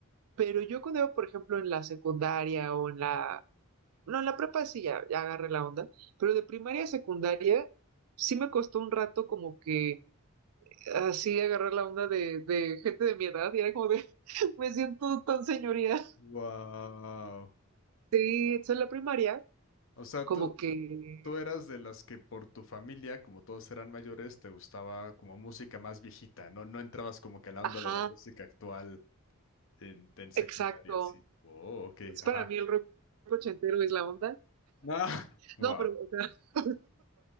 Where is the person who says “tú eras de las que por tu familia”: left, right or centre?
Left